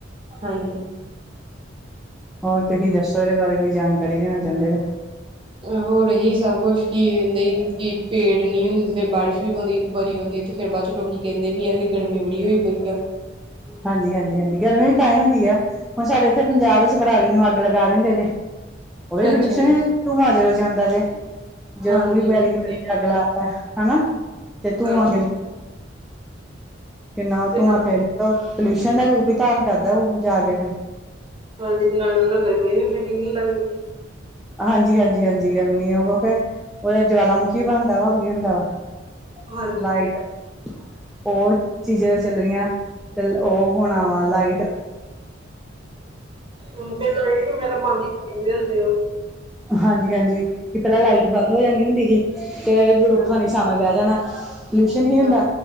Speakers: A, on the right; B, in the centre.
A: ਹਾਂਜੀ
B: ਹੋਰ ਤੁਸੀਂ ਦੱਸੋ ਇਹਦੇ ਬਾਰੇ ਕੋਈ ਜਾਣਕਾਰੀ ਦੇਣਾ ਚਾਹੁੰਦੇ
A: ਹੋਰ ਇਹੀ ਸਭ ਕੁਛ ਕਿ ਨਹੀਂ ਕਿ ਪੇੜ ਨਹੀ ਹੁੰਦੀ ਤੇ ਫਿਰ ਬਾਰਿਸ਼ ਵੀ ਬੜੀ ਬੜੀ ਆਂਦੀ ਇਥੇ ਫਿਰ ਬਾਦ ਚ ਲੋਕੀ ਕਹਿੰਦੇ ਵੀ ਆ ਕਿ ਗਰਮੀ ਬੜੀ ਹੋਈ ਪਈ ਆ।
B: ਹਾਂਜੀ-ਹਾਂਜੀ-ਹਾਂਜੀ ਗਰਮੀ ਵੀ ਤਾਂਹੀ ਹੁੰਦੀ ਆ। ਹੁਣ ਸਾਡੇ ਇੱਥੇ ਪੰਜਾਬ ਵਿੱਚ ਪਰਾਲੀ ਨੂੰ ਅੱਗ ਲਗਾ ਦਿੰਦੇ ਜੇ ਉਹ ਵੀ ਪੋਲਿਊਸ਼ਨ
A: ਅੱਛਾ ਅੱਛਾ
B: ਈ ਏ ਧੁਆ ਜਦੋਂ ਜਾਂਦਾ ਜੇ ਜਦੋਂ
A: ਹਾਂਜੀ
B: ਪੂਰੀ ਪਰਾਲੀ
A: ਉਹ ਤਾਂ
B: ਦੀ ਪ
A: ਸਹੀ,
B: ਅੱਗ ਲਾ ਹੈ ਨਾ ਤੇ ਧੂਆ
A: ਹਾਂਜੀ
B: ਕਿਨ ਕਿੰਨਾ
A: ਤੇ
B: ਧੂੰਆਂ
A: ਨਾਲ
B: ਫੇਰ ਪੋਲਿਊਸ਼ਨ ਦਾ ਰੂਪ ਹੀ ਧਾਰਨ ਕਰਦਾ ਉਹ ਜਾ ਕੇ ਫਿਰ
A: ਹਾਂਜੀ ਨਾਲ ਉਹ ਨਾਲ ਗਰਮੀ ਵੀ ਫੇਰ ਕਿੰਨੀ ਲੱਗਦੀ।
B: ਹਾਂਜੀ-ਹਾਂਜੀ-ਹਾਂਜੀ ਗਰਮੀ ਉਹ ਕ ਉਹਦਾ ਜਵਾਲ ਮੁੁਖੀ ਬਣਦਾ ਵਾ ਕੀ ਹੁੰਦਾ ਵਾ
A: ਹਾਂਜੀ
B: ਲਾਈਟ ਹੋਰ ਚੀਜ਼ਾਂ ਚਲ ਰਹੀਆਂ ਤੇ ਉਹ ਹੋਣਾ ਵਾ ਲਾਈਟ
A: ਹਮ ਤੇ ਲਾਈਟ ਵੀ ਮੇਰਾ ਬੰਦ ਹੀ ਕਰਦੇ ਹੁੰਦੇ ਉਹ
B: ਹਾਂਜੀ-ਹਾਂਜੀ ਕਿ ਪਹਿਲਾਂ ਲਾਈਟ ਬੰਦ ਹੋ ਜਾਂਦੀ ਹੁੰਦੀ ਸੀਗੀ ਤੇ ਰੁੱਖਾਂ
A: ਹਾਂ
B: ਨੀ ਛਾਵੇ ਬਹਿ ਜਾਣਾ। ਪਲਿਊਸ਼ਨ ਹੀ ਨੀ ਹੁੰਦਾ
A: ਹਾਂ,